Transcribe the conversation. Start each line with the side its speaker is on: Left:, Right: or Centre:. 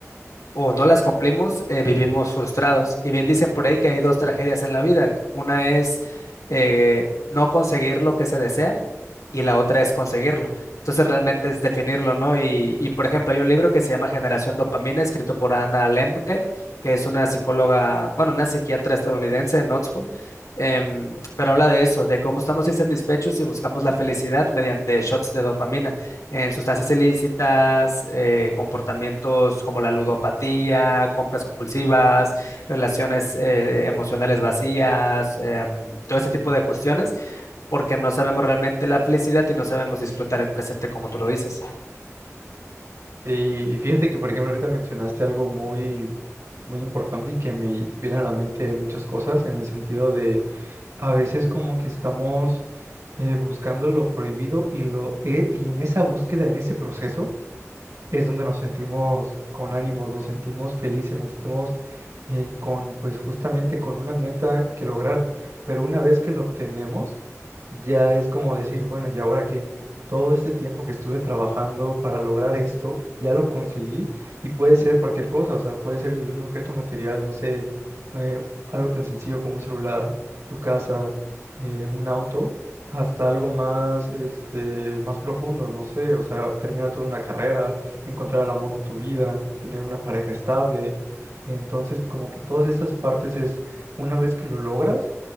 Left: o no las cumplimos, eh, vivimos frustrados. Y bien dicen por ahí que hay dos tragedias en la vida. Una es eh, no conseguir lo que se desea y la otra es conseguirlo. Entonces realmente es definirlo, ¿no? Y, y, por ejemplo, hay un libro que se llama Generación Dopamina, escrito por Anna Lemke, que es una psicóloga, bueno, una psiquiatra estadounidense en Oxford, em, pero habla de eso, de cómo estamos insatisfechos y buscamos la felicidad mediante shots de dopamina en sustancias ilícitas, eh, comportamientos como la ludopatía, compras compulsivas, relaciones eh, emocionales vacías, em, todo ese tipo de cuestiones porque no sabemos realmente la felicidad y no sabemos disfrutar el presente como tú lo dices.
Right: Sí, y fíjate que, por ejemplo, ahorita mencionaste algo muy, muy importante y que me viene a la mente muchas cosas en el sentido de a veces como que estamos eh, buscando lo prohibido y, lo, e- y en esa búsqueda, en ese proceso. es donde nos sentimos con ánimos, nos sentimos felices, nos sentimos eh, con, pues justamente con una meta que lograr. Pero una vez que lo obtenemos, ya es como decir, bueno, ¿y ahora que Todo este tiempo que estuve trabajando para lograr esto, ya lo conseguí y puede ser cualquier cosa, o sea, puede ser desde un objeto material, no sé, eh, algo tan sencillo como un celular, tu casa, eh, un auto hasta algo más, este, más profundo, no sé, o sea, terminar toda una carrera, encontrar al amor de tu vida, tener una pareja estable. Entonces, como que todas esas partes es, una vez que lo logras,